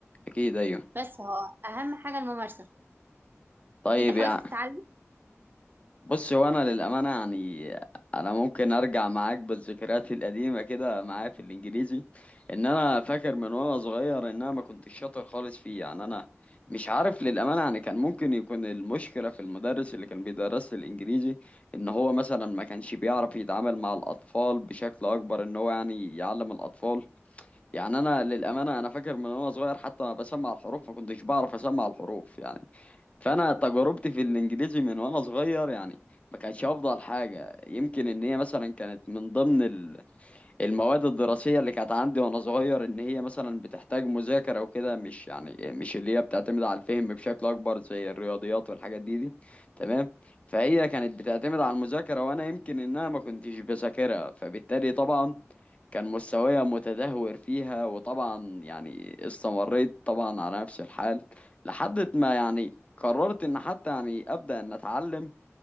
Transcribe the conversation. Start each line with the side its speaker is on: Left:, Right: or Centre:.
Left: اكيد ايوه
Right: بس هو اهم حاجه الممارسه
Left: طيب
Right: انت حاولت
Left: يعني
Right: تتعلم
Left: بص هو انا للامانه يعني انا ممكن ارجع معاك بالذكريات القديمه كده معايا في الانجليزي ان انا فاكر من وانا صغير ان انا ما كنتش شاطر خالص فيه يعني انا مش عارف للامانه يعني كان ممكن يكون المشكله في المدرس اللي كان بيدرس لي الانجليزي ان هو مثلا ما كانش بيعرف يتعامل مع الاطفال بشكل اكبر ان هو يعني يعلم الاطفال يعني انا للامانه انا فاكر من وانا صغير حتى انا بسمع الحروف ما كنتش بعرف اسمع الحروف يعني فانا تجربتي في الانجليزي من وانا صغير يعني ما كانتش افضل حاجه يمكن ان هي مثلا كانت من ضمن ال... المواد الدراسية اللي كانت عندي وأنا صغير إن هي مثلا بتحتاج مذاكرة وكده مش يعني مش اللي هي بتعتمد على الفهم بشكل أكبر زي الرياضيات والحاجات دي دي تمام فهي كانت بتعتمد على المذاكرة وأنا يمكن إن أنا ما كنتش بذاكرها فبالتالي طبعا كان مستواي متدهور فيها وطبعا يعني استمريت طبعا على نفس الحال لحد ما يعني قررت إن حتى يعني أبدأ إن أتعلم